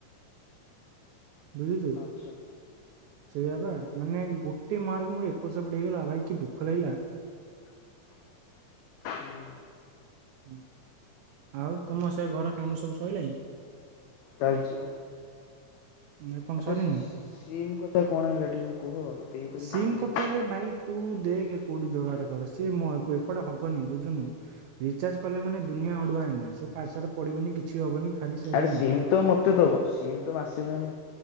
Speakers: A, on the right (about 80°); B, on the left (about 85°).
A: ବୁଝୁଛୁ
B: ଆଚ୍ଛା।
A: ସେଇଆ ବା
B: ହୁଁ
A: ମାନେ ଗୋଟ୍ ଗୋଟେ ମାର୍କ ମୋର ଏପଟ ସେପଟ ହେଇଗଲା ଭାଇ କି ଦୁଃଖ ଲାଗିଲା,
B: ହୁଁ
A: ହୁଁ ଆଉ ତମ ସେ ଘର କାମ ସବୁ ସଇଲାଣିି?
B: ଚାଲିଛି ଵା।
A: ଏପର୍ଯ୍ୟନ୍ତ
B: ଆଚ୍ଛା
A: ସରିନି?
B: ସେ ସି ସିମ୍ କଥା କଣ ହେଲା ଟିକେ କୁହ? ଦେଇପାରିବ
A: ସିମ୍
B: କି ନାହିଁ?
A: କଥାରେ ଭାଇ ତୁ ଦେଖ କୋଉଠି? ଯୋଗାଡ କର ସେ ମୋ ଏପଟେ ହବନି ବୁଝୁନୁ ରିଚାର୍ଜ କଲେ ମାନେ ଦୁନିଆ ଅଡୁଆ ଏଇନା ସେ ପାସୱାର୍ଡ ପଢ଼ିବନି କିଛି ହବନି ଖାଲି ସେ
B: ଆରେ
A: ଦେଇନା
B: ସିମ୍ ତ ମତେ ଦବ ସିମ୍ ତ ମାସେ ପାଇଁ